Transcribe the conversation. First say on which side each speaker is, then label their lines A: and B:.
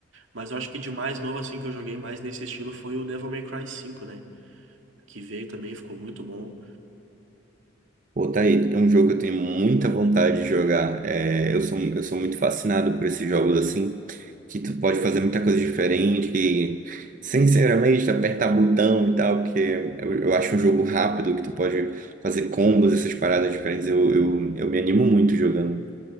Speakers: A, on the right; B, on the right.
A: Mas eu acho que de mais novo assim que eu joguei mais nesse estilo foi o Devil May Cry 5, né? Que veio também, ficou muito bom.
B: Pô, tá aí. É um jogo que eu tenho muita vontade de jogar. É, eu sou, eu sou muito fascinado por esses jogos assim, que tu pode fazer muita coisa diferente, que, sinceramente, apertar botão e tal, porque eu, eu acho um jogo rápido, que tu pode fazer combos, essas paradas diferentes. Eu, eu, eu me animo muito jogando.